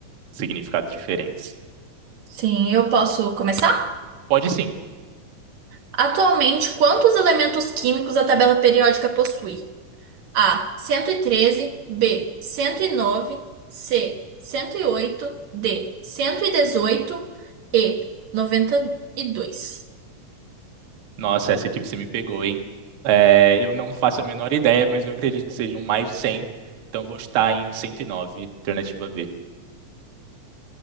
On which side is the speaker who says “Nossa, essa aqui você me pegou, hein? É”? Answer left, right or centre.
Right